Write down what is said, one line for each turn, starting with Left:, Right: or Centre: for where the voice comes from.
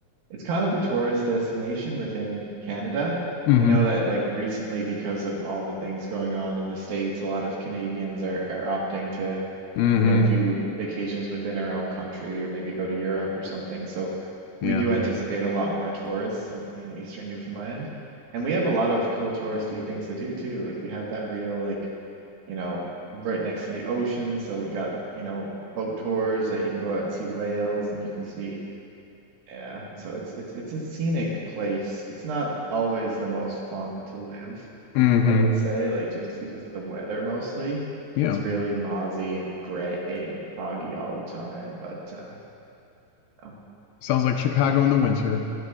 Right: it's kind of a tourist destination within Canada.
Left: Mm-hmm.
Right: I know that like recently, because of all the things going on in the States, a lot of Canadians are are opting to
Left: Mm-hmm.
Right: you know, do vacations within our own country or maybe go to Europe or something. So
Left: Yeah.
Right: we do anticipate a lot more tourists in, in Eastern Newfoundland. And we have a lot of cool touristy things to do too. Like we have that real, like, you know, right next to the ocean. So we got, you know, boat tours that you can go out and see whales and you can see, yeah. And so it's it's it's a scenic place. It's not always the most fun to live,
Left: Mm-hmm.
Right: I would say, like just because of the weather mostly.
Left: Yeah.
Right: It's really mozzy and gray and foggy all the time. But uh, you
Left: Sounds like Chicago in the winter.